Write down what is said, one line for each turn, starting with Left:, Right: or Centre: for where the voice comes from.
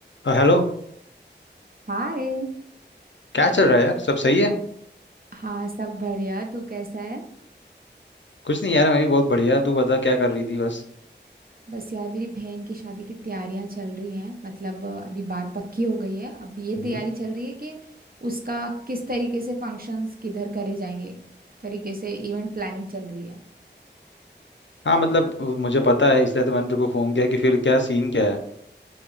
Left: अ, hello
Right: हाय
Left: क्या चल रहा है यार सब सही है
Right: हाँ सब बढ़िया तू कैसा है
Left: कुछ नहीं यार मैं भी बहुत बढ़िया तू बता क्या कर रही थी बस
Right: बस यार मेरी बहन की शादी की तैयारियां चल रही हैं मतलब अ, अभी बात पक्की हो गई है अब ये
Left: हम्म
Right: तैयारी चल रही है कि उसका किस तरीके से फंक्शंस किधर करे जाएंगे तरीके से इवेंट प्लानिंग चल रही है
Left: हाँ मतलब अ, मुझे पता है इसलिए तो मैंने तेरे को फ़ोन किया कि फिर क्या सीन क्या है